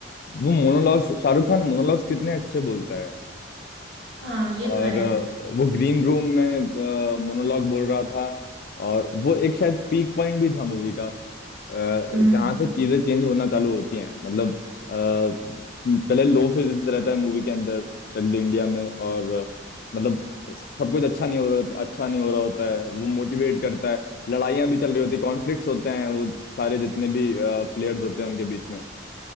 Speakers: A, on the left; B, on the right.
A: वो मोनोलॉग्स शाहरुख खान मोनोलॉग्स कितने अच्छे बोलता है
B: हाँ ये
A: और
B: तो है
A: अ, वो ग्रीन रूम में मोनोलॉग बोल रहा था और वो एक शायद पीक पॉइंट भी था मूवी का अ, जहाँ
B: हम्म
A: से चीजें चेंज होना चालू होती हैं मतलब अ, पहले लो फिजिक्स रहता है मूवी के अंदर स्ट्रक द इंडिया में और अ, मतलब सब कुछ अच्छा नहीं हो रहा अच्छा नहीं हो रहा होता है वो मोटिवेट करता है लड़ाइयाँ भी चल रही होती कॉन्फ्लिक्ट्स होते हैं वो सारे जितने भी प्लेयर्स होते हैं उनके बीच में